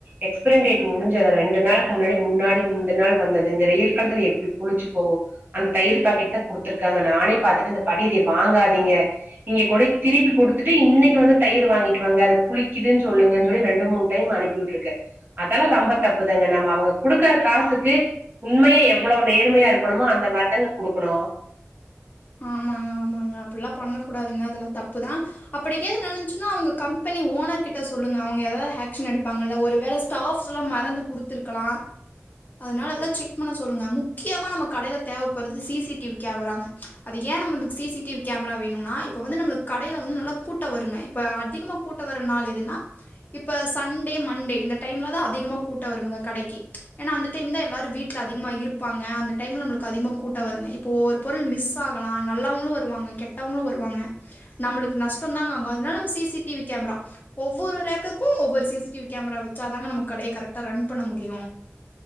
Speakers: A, on the right; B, on the left.
A: எக்ஸ்ப்ரின் டேட் முடிஞ்சத ரெண்டு நாளுக் முன்னாடி முன்னாடி முந்தன் நாள் வந்தது இந்த வெயில் காலத்ல எப்டி புளிச்சு போவு அந்த தயிர் பாக்கெட் தா குடுத்ருக்காங்க நானே பாத்துட்டு இந்த பாட்டி இதை வாங்காதீங்க இங்க கூட திருப்பி குடுத்துட்டு இன்னைக்கி வந்த தயிர் வாங்கிட்டு வாங்க அது புளிக்கிதுன் சொல்லுங்கன் சொல்லி ரெண்டு மூண் டைம் அனுப் பி உட்ருக்க அதெல்லா ரம்ப தப்புதாங்க நம் அவங்க குடுக்குற காசுக்கு உண்மையா எவ்வளோ நேர்மையா இருக்கணுமோ அந்த மார்தாங்க குடுக்குணு
B: ஆமாங்க ஆமாங்க அப்புல்லா பண்ண கூடாதுங்க அதெல்லா தப்புதா அப்டிகேது நடந்துச்சுன்னா அவ்ங்க கம்பெனி ஓனர் கிட்ட சொல்லுங்க அவ்ங்க ஏதா ஹேக்ஷன் எடுப்பாங்கல்ல ஒரு வேல ஸ் டாஃப்ஸ்லா மறந்து குடுத்துர்க்கலா அதனால அதெல்லா செக் பண்ண சொல்லுங்க முக்கியமா நம்ம கடைல தேவப்பட்றது சி சி டி வி கேமராங்க அது ஏ நம்மளுக்கு C C T V camera வேணுனா இப்ப வந்து நம்ம கடைல வந்து நல்லா கூட்ட வருங்க இப்ப அதிகமா கூட்ட வர்ற நாள் எதுனா இப்ப சண்டே மண்டே இந்த டைம்ல தா அதிகமா கூட்ட வருவ்ங்க கடைக்கு ஏனா அந்த டைம் தா எல்லாரு வீட் ட்ல அதிகமா இருப்பாங்க அந்த டைம்ல நம்மளுக்கு அதிகமாக கூட்ட வருங்க இப்போ ஒரு பொருள் மிஸ் ஆகலா நல்லவங்களு வருவாங்க கெட்டவங்களு வருவாங்க நம்மளுக்கு நஷ்டந் தாங்க அவ்ங்க அதனால நம்ம C C T V camera ஒவ்வொரு ரேக்குக்கு ஒவ்வொரு C C T V camera வச்சாதாங்க நம்ம கடைய கரெக்டா ரன் பண்ண முடியு